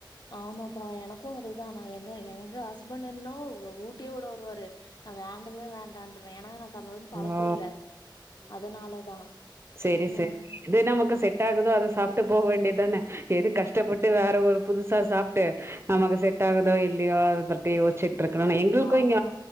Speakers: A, on the left; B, on the right.
A: ஆமாப்பா எனக்கு அதுதா நா என்ன எங்க ஹஸ்பண்ட் என்னா ஒ ஊட்டியோட வருவாரு நா வேண்டவே வேண்டான்டுருவ ஏன்னா எனக் அது வந்து பலக்கோ
B: ஓ!
A: இல்ல அதனாலதா
B: சேரி
A: ம்
B: சேரி எது நமக்கு செட்டாகுதோ அத சாப் ட்டு போ வேண்டியதான எது கஷ்டப்பட்டு வேற ஒரு புதுசா சாப்ட்டு நமக்கு செட்டாகுதோ இல்லியா அத பத்தி யோஸ்ச்சிட் ட்ருக்கனுன் எங்கள்க்கு
A: ஆமா
B: இங்க <inaudible>